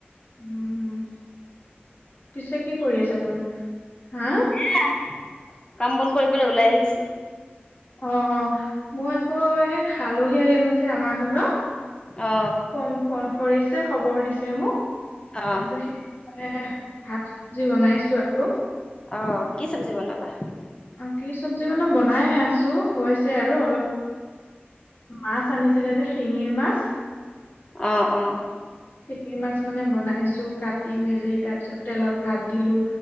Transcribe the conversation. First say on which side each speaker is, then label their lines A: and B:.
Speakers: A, on the left; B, on the left.
A: উম, পিছে কি কৰি আছা তুমি হা।
B: হ কাম বন কৰিবলৈ ওলাই আহিছো।
A: অ, মই আকৌ আালহী আহিব যে আমাৰ ঘৰত
B: অ
A: ফোন- ফোন কৰিছে খবৰ দিছে মোক। তাৰপিছত
B: অ
A: সেই মানে ভাত চবজি বনাইছো আৰু।
B: অ কি চব্জি বনালা।
A: অ, কি চব্জি মানে বনাই আছো হৈছে আৰু অলপ মাছ ম আাননিছিলে যে শিঙিৰ মাছ।
B: অ', অ'।
A: শিঙি মাছ মানে বনাইছো কাটি মেলি, তাৰপিছত তেলত ভাজিলো।